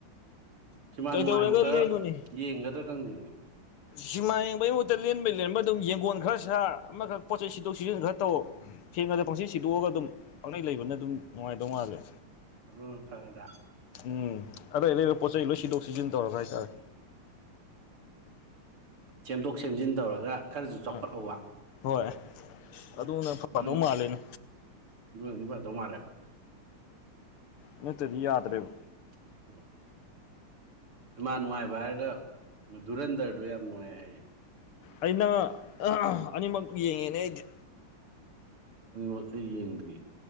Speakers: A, on the right; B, on the left.
A: ꯁꯤꯃꯥ
B: ꯀꯩꯗꯧꯔꯒ
A: ꯅꯨꯡꯉꯥꯏꯕ ꯈꯔ
B: ꯂꯦꯜꯂꯨꯅꯤ
A: ꯌꯦꯡꯒꯗ꯭ꯔꯥ ꯈꯪꯗꯦꯅꯦ
B: ꯁꯤꯃꯥ ꯌꯦꯡꯕꯩ ꯃꯍꯨꯠꯇ ꯂꯦꯟꯕꯩ ꯂꯦꯟꯕ ꯑꯗꯨꯝ ꯌꯦꯡꯒꯣꯟ ꯈꯔ ꯁꯥꯔ ꯑꯃꯈꯛ ꯄꯣꯠꯆꯩ ꯁꯤꯠꯗꯣꯛ ꯁꯤꯖꯤꯟ ꯈꯔ ꯇꯧ ꯊꯦꯡꯅꯗ ꯄꯪꯁꯤꯠ ꯁꯤꯗꯣꯛꯑꯒ ꯑꯗꯨꯝ ꯄꯪꯅꯩ ꯂꯩꯕꯅ ꯑꯗꯨꯝ ꯅꯨꯡꯉꯥꯏꯗꯧ ꯃꯥꯜꯂꯦ
A: ꯑꯗꯨꯅ ꯐꯔꯗꯥ
B: ꯎꯝ ꯑꯔꯩ ꯑꯔꯩꯕ ꯄꯣꯠ ꯆꯩꯩ ꯂꯣꯏ ꯁꯤꯗꯣꯛ ꯁꯤꯖꯤꯟ ꯇꯧꯔꯒ ꯍꯥꯏꯇꯥꯔꯦ
A: ꯁꯦꯝꯗꯣꯛ ꯁꯦꯝꯖꯤꯟ ꯇꯧꯔꯒ ꯈꯔꯁꯨ ꯆꯥꯎꯈꯠꯍꯧꯕ
B: ꯑꯥ ꯍꯣꯏ ꯑꯗꯨꯅ ꯐꯗꯧ
A: ꯑꯗꯨꯝ
B: ꯃꯥꯜꯂꯦꯅꯦ
A: ꯑꯗꯨꯅꯗꯤ ꯐꯗꯧ ꯃꯥꯜꯂꯦ
B: ꯅꯠꯇꯗꯤ ꯌꯥꯗ꯭ꯔꯦꯕ
A: <unintelligible> ꯃꯥ ꯅꯨꯡꯉꯥꯏꯕ ꯍꯥꯏꯔꯒ ꯗꯨꯔꯟꯗꯔꯗꯣ ꯌꯥꯝ ꯅꯨꯡꯉꯥꯏ ꯍꯥꯏꯌꯦ
B: ꯑꯩ ꯅꯪ <unintelligible> ꯑꯅꯤꯃꯛ ꯌꯦꯡꯉꯦꯅꯦ ꯑꯩꯗꯤ
A: ꯑꯅꯤꯃꯛ ꯑꯩ ꯌꯦꯡꯗ꯭ꯔꯤ